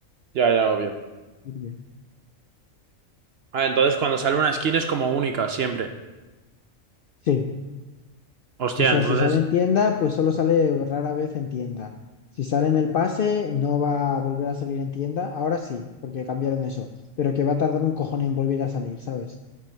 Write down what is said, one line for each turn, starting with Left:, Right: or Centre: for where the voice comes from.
Right: Ya, ya, obvio.
Left: Sirve.
Right: Ah, entonces cuando sale una skin es como única, siempre.
Left: Sí.
Right: Hostia,
Left: O sea,
Right: entonces.
Left: si sale en tienda, pues solo sale rara vez en tienda. Si sale en el pase, no va a volver a salir en tienda. Ahora sí, porque cambiaron eso. Pero que va a tardar un cojón en volver a salir, ¿sabes?